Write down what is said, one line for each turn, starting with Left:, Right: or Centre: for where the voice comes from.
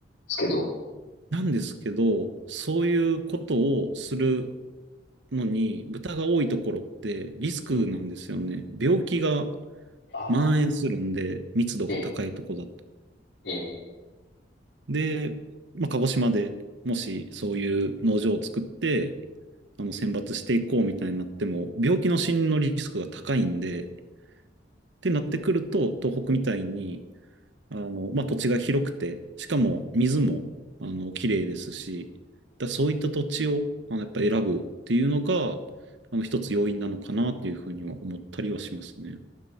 Left: すけど、
Right: なんですけど、そういうことをするのに、豚が多いところってリスクなんですよね。病気が
Left: ああ、
Right: 蔓延するんで、密度が高いとこだと。
Left: ええ、ええ、
Right: で、まあ、鹿児島でもしそういう農場を作って、あの、選抜していこうみたいになっても、病気の死因のリスクが高いんで、ってなってくると、東北みたいに、あの、まあ、土地が広くて、しかも水も、あの、綺麗ですし、だそういった土地を、
Left: うん。
Right: あの、やっぱ選ぶっていうのが、あの、一つ要因なのかなっていうふうには思ったりはしますね。